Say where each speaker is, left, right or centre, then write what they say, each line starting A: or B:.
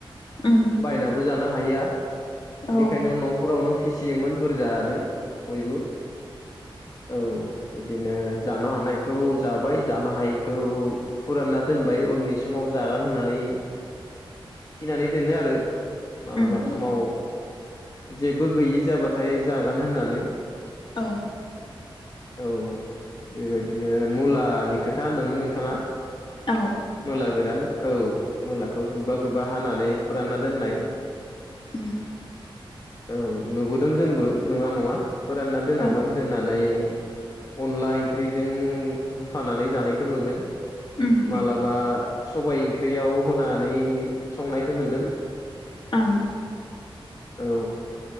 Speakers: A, on the left; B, on the left.
A: ओम।
B: बायनाबो जानो हाया बेनिखायनो
A: औ
B: नफोरावनो फिसियोमोन बुरजानो। बयबो औ इदिनो जानो हानाय खौ जाबाय जानो हायैखौ फुरानना दोनबाय उननि समाव जागोन होननानै थिनानै दोनो आरो। मालाबा
A: उम उम
B: समाव जेबो गैयि जाबाथाय जागोन होननानै।
A: औ।
B: औ बेबायदि बिदिनो मुलानि खोथा होनदोंमोन नोंथाङा।
A: औ।
B: मुला गोरान औ मुलाखौ गोबा गोबा हानानै फोरानना दोननाय
A: ओम।
B: औ नुबोदों जोंबो नुवा नङा फोरानना दोनोमोन।
A: औ
B: दोननानै अनला ओंख्रिजों होफानानै जानायखौ नुदों।
A: उम
B: मालाबा
A: उम
B: सबाय ओंख्रियाव होनानै संनायखो नुदों।
A: ओं
B: औ